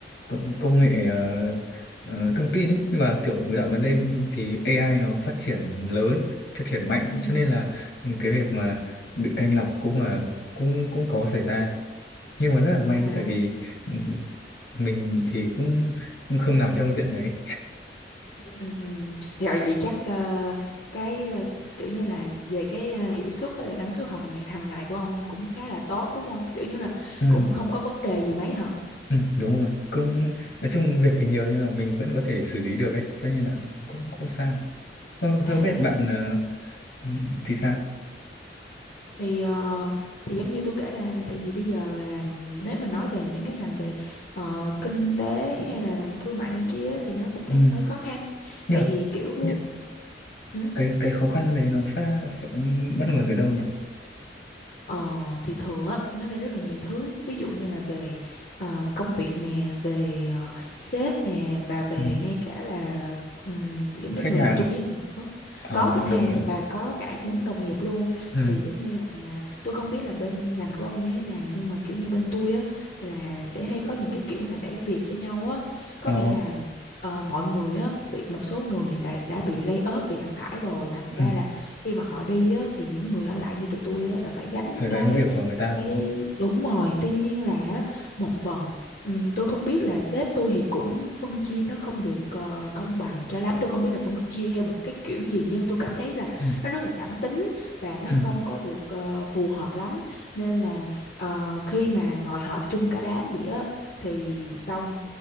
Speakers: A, on the left; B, on the left.
A: công, công nghệ ờ, ờ, thông tin ấy. Nhưng mà kiểu dạo gần đây
B: Ừ.
A: thì AI nó phát triển lớn, phát triển mạnh,
B: Ừ.
A: cho nên là ừ, cái việc mà bị thanh lọc cũng là cũng cũng có xảy ra. Nhưng mà rất là may
B: À,
A: tại vì ừ, mình thì cũng, cũng không nằm trong diện đấy.
B: ừ, ừ. ừ. rồi vậy chắc ờ, cái ờ, kiểu như là về cái ờ, hiệu suất với lại năng suất hồng hàng ngày của ông cũng khá là tốt đúng không kiểu như là
A: Ừ,
B: cũng không có vấn đề gì mấy hả
A: ừ, đúng rồi, cũng nói chung việc thì nhiều nhưng mà mình vẫn có thể xử lý được ấy, cho nên là cũng không sao. Không,
B: à
A: không biết bạn ờ, Ừ, thì sao
B: thì ờ, thì giống như tôi kể là tại vì bây giờ là nếu mà nói về những cái ngành về ờ, kinh tế hay là thương mại này kia thì nó cũng
A: ừ.
B: đang hơi khó khăn
A: nhưng
B: tại
A: mà
B: vì kiểu
A: nhưng,
B: ừ,
A: cái cái khó khăn đấy nó phát, phát bắt nguồn từ đâu nhỉ
B: Ờ, thì thường á nó sẽ rất là nhiều thứ ví dụ như là về ờ, công việc nè về ờ, sếp nè và về
A: ừ.
B: ngay cả là ừm, những cái
A: khách
B: người
A: hàng
B: làm chung
A: à
B: với mình nữa
A: ờ,
B: có khách
A: đồng
B: hàng
A: nghiệp à
B: và có cả những đồng nghiệp luôn
A: ừ.
B: thì giống như là tôi không biết là bên ngành của ông như thế nào nhưng mà kiểu như bên tôi á là sẽ hay có những cái kiểu là đẩy việc cho nhau á có
A: ờ
B: nghĩa là ờ, mọi người á bị một số người đã, đã bị lay off bị đào thải rồi thành
A: ừ.
B: ra là khi mà họ đi á, thì những người ở lại như tụi tôi á, là phải gánh
A: phải gánh
B: cái
A: việc của người ta
B: cái
A: đúng không
B: đúng rồi tuy nhiên là á, một phần ừm, tôi không biết là sếp tôi thì cũng phân chia nó không được ờ, công bằng cho lắm tôi không biết là phân chia theo một cái kiểu gì nhưng tôi cảm thấy là
A: ừ.
B: nó rất là cảm tính và nó
A: Ừ.
B: không có được ờ, phù hợp lắm nên là ờ, khi mà ngồi họp chung cả đám vậy á thì xong